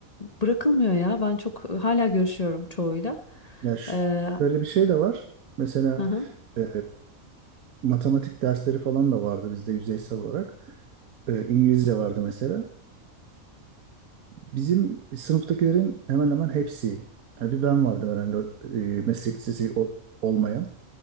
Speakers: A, on the left; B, on the right.
A: bırakılmıyor ya. Ben çok hala görüşüyorum çoğuyla.
B: Ya şu-
A: Ee,
B: şöyle bir şey de var. Mesela
A: hı hı.
B: e, matematik dersleri falan da vardı bizde yüzeysel olarak. E, İngilizce vardı mesela. Bizim sınıftakilerin hemen hemen hepsi, yani bir ben vardım herhalde e, meslek lisesi ol- olmayan.